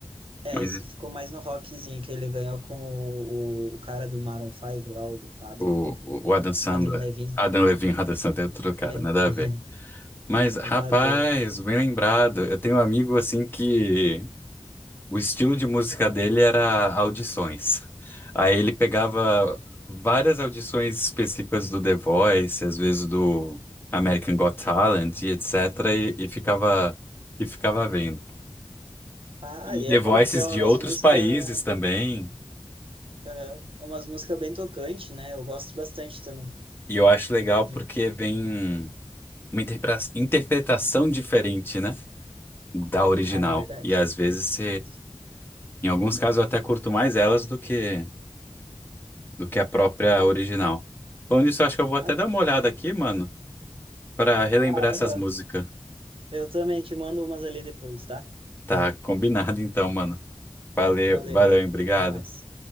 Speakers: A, on the right (about 65°); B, on the left (about 20°).
A: É,
B: Mas
A: esse ficou mais no rockzinho, que ele ganhou com o, o, o cara do Maroon 5 lá, o Adam,
B: o, o o Adam Sandler.
A: Adam Levine,
B: Adam Levine, <laughs> Adam Sandler é outro cara,
A: é,
B: nada
A: <laughs>
B: a ver. Mas,
A: é
B: rapaz,
A: o ator.
B: bem lembrado. Eu tenho um amigo assim que o estilo de música dele era audições. Aí ele pegava várias audições específicas do The Voice, às vezes do American Got Talent e etc. e, e ficava e ficava vendo.
A: Ah,
B: E
A: e
B: The
A: é bom
B: Voices
A: porque é umas
B: de outros
A: músicas,
B: países também.
A: é umas músicas bem tocante, né? Eu gosto bastante também.
B: E eu acho legal
A: De-
B: porque vem uma interpre- interpretação diferente, né, da original.
A: Ah, é verdade.
B: E às vezes
A: Verdade.
B: Em alguns casos eu até curto mais elas do que do que a própria
A: Rapaz,
B: original. Falando nisso, eu acho que eu vou até
A: rapaz.
B: dar uma olhada aqui, mano, pra relembrar
A: Ah,
B: essas
A: aham.
B: músicas.
A: Eu também te mando umas ali depois, tá?
B: Tá
A: <laughs>
B: combinado então, mano. Valeu,
A: Valeu.
B: valeu, hein? obrigado.
A: Até mais.